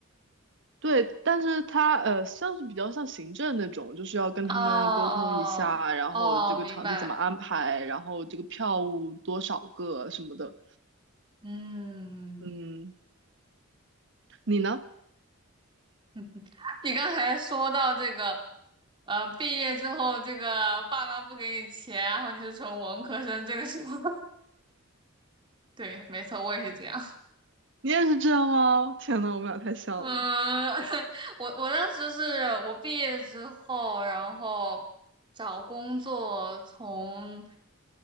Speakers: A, on the right; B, on the right.
A: 对，但是他呃，像是比较像行政那种，就是要跟他们沟通一下，
B: 哦哦哦，
A: 然后这个场地怎么安排，
B: 明白。
A: 然后这个票务多少个什么的。
B: 嗯，
A: 嗯，你呢？
B: <laughs> 你刚才说到这个，呃，毕业之后这个爸妈不给你钱，然后你是从文科生，这个是吗？<laughs> 对，没错，我也是这样。
A: 你也是这样吗？<laughs> 天呐，我们俩太像了。
B: 嗯，<laughs> 我我当时是我毕业之后，然后找工作从